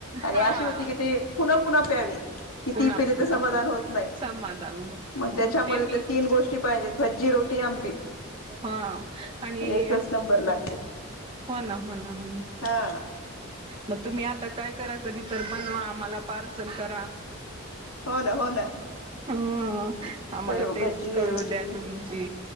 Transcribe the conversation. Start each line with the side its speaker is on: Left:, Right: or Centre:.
Left: आणि
Right: हा
Left: अशी होती की, ते पुन्हा पुन्हा प्यावी कि
Right: पुन्हा
Left: ती पेले
Right: पुन्हा
Left: त, समाधान
Right: ते
Left: होत नाही.
Right: समाधान होत
Left: मग त्याच्यामध्ये
Right: मी
Left: ते तीन गोष्टी पाहिजेत भजी रोटी आंबिल
Right: हा आणि
Left: एकच नंबर लागते.
Right: हो ना, हो ना, हो ना.
Left: हा
Right: मग तुम्ही आता काय करा, कधी तर बनवा, मला पार्सल करा.
Left: हो ना हो ना
Right: हो. आम्हाला
Left: करू
Right: टेस्ट
Left: भज्जी
Right: करू
Left: रोटी
Right: द्या तुमची.